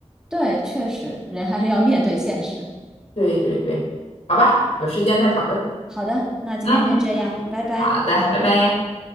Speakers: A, in the centre; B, on the left.
A: 对，确实，人还是要面对现实。
B: 对对对，好吧，有时间再讨论。
A: 好的，那今天先这样，
B: 嗯，
A: 拜拜。
B: 好的，拜拜。